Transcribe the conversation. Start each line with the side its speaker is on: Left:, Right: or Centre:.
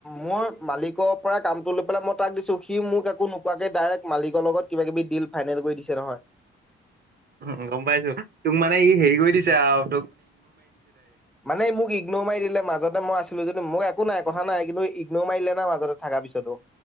Centre: মোৰ মালিকৰ পৰা কামটো লৈ পেলাই মই তাক দিছো সি মোক একো নোপোৱাকে ডাইৰেক্ট মালিকৰ লগত কিবা কিবি ডিল ফাইনেল কৰি দিছে নহয়।
Right: উ গম পাইছো তোক মানে ই হেৰি কৰি দিছে আও।
Centre: মানে মোক ইগনৰ মাৰি দিলে মাজতে মই আছিলো যে। মোক একো নাই কথা নাই কিন্তু ইগনৰ মাৰিলে না মাজতে থকাৰ পিছতো।